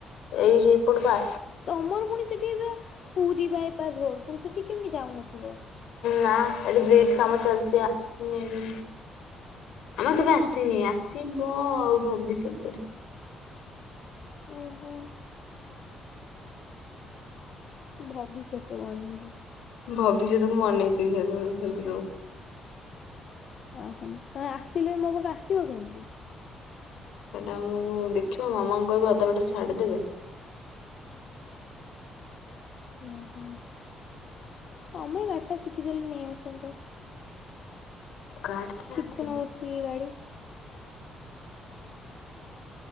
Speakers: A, on the left; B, on the left.
A: ଏଇ ହି ପୁଟ ପା
B: ତମର ପୁଣି ସେଠି ଏ ପୁରୀ ବାଇପାସ ରୋଡ ପୁଣି ସେଠି କେମିତି ଯାଉନଥିବ
A: ନା ଏଠି ବ୍ରିଜ କାମ ଚାଲିଛି ଆସୁନି ହଁ ଆମର କେବେ ଆସିନି
B: ହୁଁ,
A: ଆସି ୱାଓ ଭବିଷ୍ୟତରେ
B: ଓହୋ ଭବିଷ୍ୟତ ବନେଇବି।
A: ଭବିଷ୍ୟତ ମୁଁ ମନେଇଦେବି <unintelligible>
B: ଅହୋ ତମେ ଆସିଲେ ମୋ ପାଖକୁ ଆସିବ କେମିତି?
A: ସେଟା ମୁଁ ଦେଖିବା ମାମାଙ୍କୁ କହିବି ଅଧାବାଟରେ ଛାଡିଦେବେ।
B: ଓ ହୋ ତମେ ଗାଡ଼ିଟା ଶିଖିଦେଲେ ନେଇ ଆସନ୍ତ।
A: କାର୍ଡଟା
B: ଠିକ୍
A: ଆସିକି
B: <unintelligible> ବସି ଗାଡି